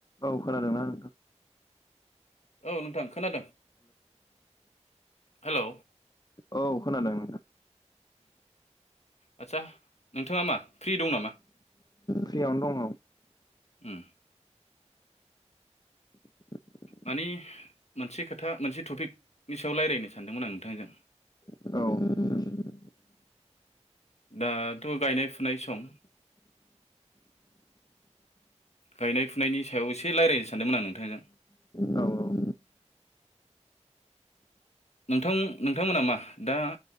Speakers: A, on the left; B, on the left.
A: औ खोनादोंनां
B: औ नोंथां खोनादों हेल'
A: औ खोनादों
B: आचसा नोंथाङा मा फ्रि दं नामा
A: फ्रियावनो दङ
B: उम
A: <inaudible>
B: मानि मोनसे खोथा मोनसे टपिकनि सायाव रायज्लायनो सानदोंमोन आं नोंथांजों
A: औ
B: दाथ' गायनाय फुनाय सम गायनाय फुनायनि सायाव एसे रायज्लायनो सानदोंमोन आं नोंथांजों
A: औ औ
B: नोंथां नोंथांमोना मा दा